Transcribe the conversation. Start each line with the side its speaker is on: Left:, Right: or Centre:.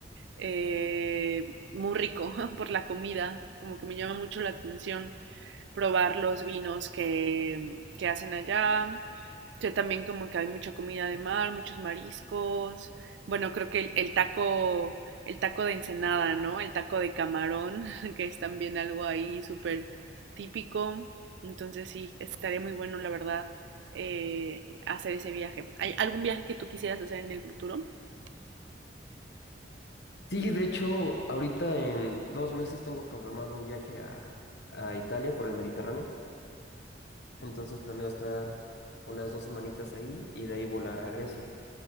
Right: eh, muy rico <laughs> por la comida, como que me llama mucho la atención. probar los vinos que, que hacen allá. Yo también como que hay mucha comida de mar, muchos mariscos. Bueno, creo que el, el taco, el taco de ensenada, ¿no? El taco de camarón, <laughs> que es también algo ahí súper típico. Entonces sí, estaría muy bueno, la verdad, eh, hacer ese viaje. ¿Hay algún viaje que tú quisieras hacer en el futuro?
Left: Sí, de hecho, ahorita en dos meses tengo programado un viaje a, a Italia por el Mediterráneo. Entonces planeo estar unas dos semanitas ahí y de ahí volar a Grecia.